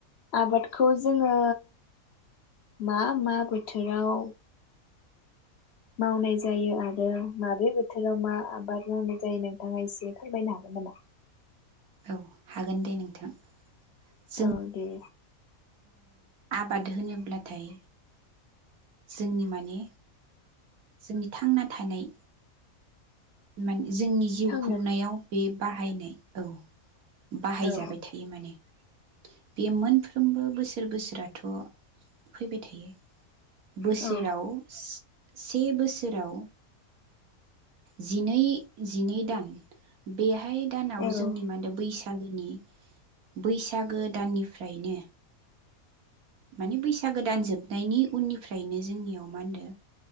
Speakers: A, on the left; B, on the right.
A: आबादखौ जोङो मा मा बोथोराव मावनाय जायो आरो माबे बोथोराव मा आबाद मावनाय जायो नोंथाङा एसे फोरमायनो हागोन नामा?
B: औ हागोन दे नोंथां। जों
A: औ दे।
B: आबाद होनोब्लाथाय जोंनि माने जोंनि थांना थानाय मान जोंनि जिउ
A: थांनो
B: खुंनायाव बे बाहायनाय औ बाहायजाबाय
A: औ
B: थायो माने। बे मोनफ्रोमबो बोसोर बोसोराथ फैबाय थायो। बोसोराव
A: औ औ
B: सि से बोसोराव जिनै जिनै दान बे हाय दानाव
A: औ
B: जोंनि मा होनदो बैसाग यागोनि बैसागो दाननिफ्रायनो माने बैसागो दान जोबनायनि उननिफ्रायनो जोंनियाव मा होनदो